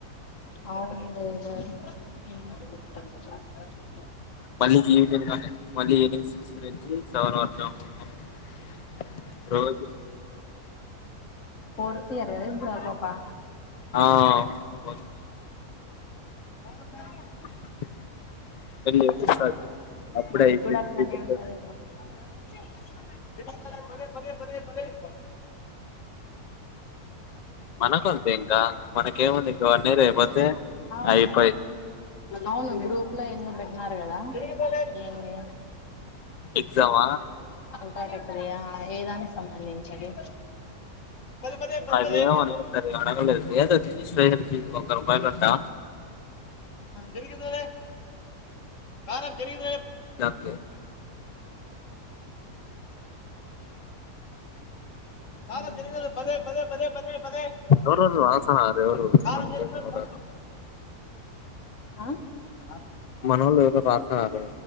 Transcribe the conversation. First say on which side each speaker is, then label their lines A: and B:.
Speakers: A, on the left; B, on the left.
A: అవును లేేవే హ్మ్
B: మళ్ళీ ఈవినింగ్ గానే మళ్ళీ ఈవినింగ్ సిక్స్ నుంచి సెవెన్ వరకు <inaudible> రోజు
A: ఫోర్త్ ఇయర్ కదా ఇప్పుడు ఆ పాపా
B: ఆ వ
A: పాప
B: <unintelligible>
A: మనకి
B: అయిపోయింది
A: కూడా అట్లనే
B: బీటెక్
A: ఉంటదేమో <unintelligible> పధే పదే బ
B: మనకు అంతె ఇంకా మనకేముంది ఇంగా వన్ ఇయర్ అయిపోతే
A: అవునా
B: అయిపోయి
A: అవును గ్రూప్ లో ఎందో పెట్టినర్ కదా ఏంది
B: ఎగ్జామా
A: అతాతకయా ఆ ఏదానికి సంబంధించది పదే పది
B: అదే
A: పదే
B: మరి సారు ఎడగ ఏదో రిజిస్ట్రేషన్ ఫీజ్ వంద రూపాయలు ఉంటా
A: జరిగిదుర ఆర జరిగిద
B: దమ్
A: కారం పదే పదే పదే పదే పదే
B: ఎవరు వాసరు ఎవరు
A: కారం
B: సంతోష
A: జరిగిదలే
B: ఎవరారు
A: పదే ఆ
B: మనోళ్ళు ఎవరో రాసన్నారు